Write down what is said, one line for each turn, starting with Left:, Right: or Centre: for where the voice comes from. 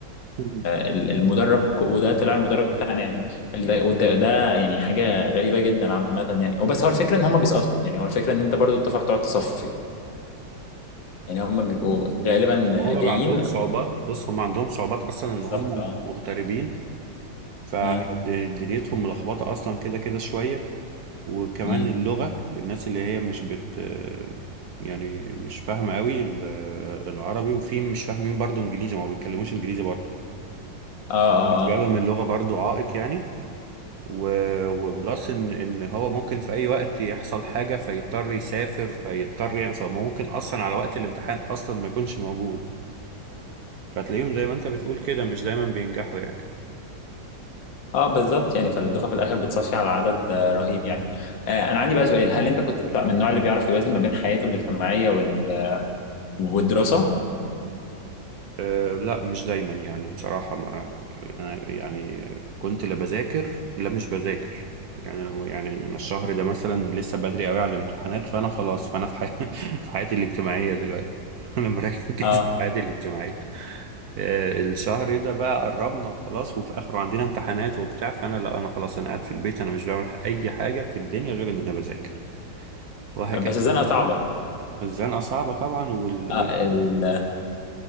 Right: مم.
Left: المدرج وده طلع المدرج بتاعنا يعني ده- وده ده يعني حاجه غريبه جدا عامه يعني وبس هو الفكره ان هم بيسقطوا يعني هو الفكره ان انت برضو الدفعه بتقعد تصفي يعني هم بيبقوا
Right: ما
Left: غالبا
Right: هم
Left: جايين
Right: بقى عندهم صعوبات بص هم عندهم صعوبات اصلا ان
Left: بالظبط
Right: هم
Left: اه
Right: مغتربين فدنيتهم
Left: امم
Right: ملخبطه اصلا كده كده شويه وكمان
Left: امم
Right: اللغه للناس اللي هي مش بت يعني مش فاهمه قوي ال- العربي وفي مش فاهمين برضو انجليزي ما بيتكلموش انجليزي برضو
Left: اه
Right: بالنسبه
Left: اه
Right: لهم اللغه برضو عائق يعني و- وبلس ان ان هو ممكن في اي وقت يحصل حاجه فيضطر يسافر فيضطر يعني فممكن اصلا على وقت الامتحان اصلا ما يكونش موجود فتلاقيهم زي ما انت بتقول كده مش دايما بينجحوا يعني
Left: اه بالظبط يعني فالدفعه في الاخر بتصفي على عدد آه، رهيب يعني آه انا عندي بقى سؤال هل انت كنت بتاع من النوع اللي بيعرف يوازن ما بين حياته الاجتماعيه وال... والدراسه
Right: أه لا مش دايما يعني بصراحه ما انا يعني كنت لا بذاكر لا مش بذاكر يعني لما يعني أنا الشهر ده مثلا لسه بدري قوي على الامتحانات فانا خلاص فانا في حي... <laughs> في حياتي الاجتماعيه دلوقتي <laughs> انا مركز
Left: اه
Right: في حياتي الاجتماعيه آه، الشهر ده بقى قربنا وخلاص وفي اخره عندنا امتحانات وبتاع فانا لا انا خلاص انا قاعد في البيت انا مش بعمل اي حاجه في الدنيا غير ان انا بذاكر وهكذا
Left: بس الزنقه صعبه
Right: الزنقه صعبه طبعا وال... وال...
Left: آه ال-